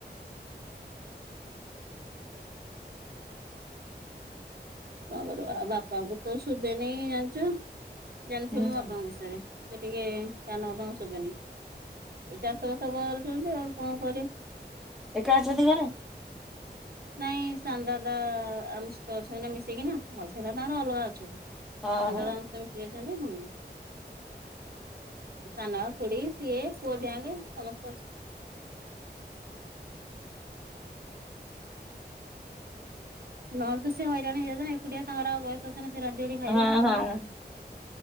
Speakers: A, on the right (about 60°); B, in the centre.
A: କଣ କରିବ ଆଉ ବାପାଙ୍କୁ ତ ଶୁଭେ ନେଇ ଜାଣିଚ ଜାଣିଥିବ
B: ହୁଁ
A: ମୋ ବାପାଙ୍କ ବିଷୟରେ। ସେ ଟିକେ କାନକୁ ତାଙ୍କ ଶୁଭେନି। ଏଇ ଚାଷବାସ କରୁଚନ୍ତି, ଆଉ କଣ କରିବେ?
B: ଏକା ଅଛନ୍ତି ଘରେ?
A: ନାଇଁ ସାନ ଦାଦା ଆମ ସହିତ ଅଛନ୍ତି ନା ମିସ୍ ସିକିିନା ମଝିଆ ଦାଦା ଙ୍କର ଅଲଗା ଅଛନ୍ତି, ସ
B: ଓହୋ
A: ସାନଦାଦା ଙ୍କ ମିସିକି ଅଛନ୍ତି। ହୁଁ। ସାନ ଖୁଡି ସିଏ ପୁଅ ଦିଆଙ୍କେ ସମସ୍ତେ ଅଛନ୍ତି। ନହଲେ ତ ସେ ହଇରାଣ ହେଇଯାଇଥାଏ ନା, ଏକୁଟିଆ ତାଙ୍କର ଆଉ ବୟସ ଅଛି ନା ସେ ରାନ୍ଧି ବାଢି ଖାଇବେ
B: ହଁ
A: ନା
B: ହଁ
A: କଣ?